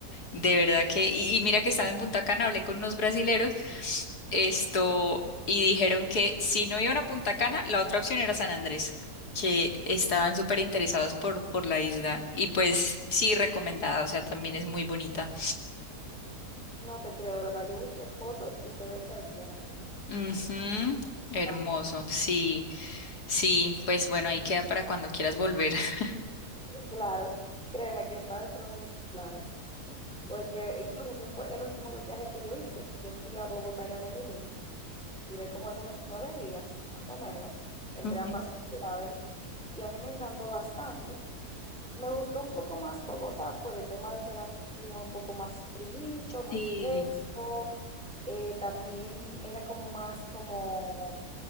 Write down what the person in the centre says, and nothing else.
No te creo, de verdad. Yo busqué fotos y se ve hermoso.
bastante.
Y Claro, créeme que está dentro de mis planes, porque incluso ese fue el último viaje que yo hice. Yo fui a Bogotá y a Medellín. Duré como algunos nueve días, más o menos, entre
ambas ciudades y a mí me encantó bastante. Me gustó un poco más Bogotá por el tema de que era un clima un poco más frío, más
fresco. Eh, también era como más como